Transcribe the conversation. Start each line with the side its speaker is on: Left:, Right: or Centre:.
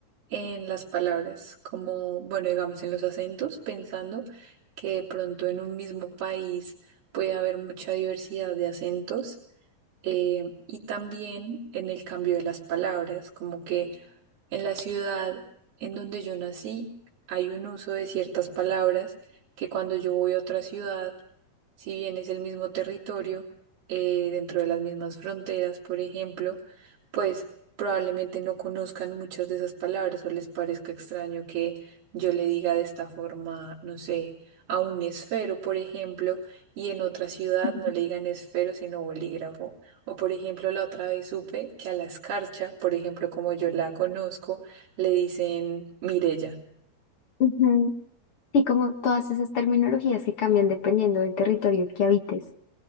Right: en las palabras, como, bueno, digamos en los acentos, pensando que de pronto en un mismo país puede haber mucha diversidad de acentos, eh, y también en el cambio de las palabras, como que en la ciudad en donde yo nací hay un uso de ciertas palabras que cuando yo voy a otra ciudad si bien es el mismo territorio, eh, dentro de las mismas fronteras, por ejemplo, pues probablemente no conozcan muchas de esas palabras o les parezca extraño que yo le diga de esta forma, no sé, a un esfero, por ejemplo, y en otra ciudad
Left: <laughs>
Right: no le digan esfero, sino bolígrafo. O por ejemplo, la otra vez supe que a la escarcha, por ejemplo, como yo la conozco, le dicen Mirella.
Left: Ujú. Y como todas esas terminologías que cambian dependiendo del territorio que habites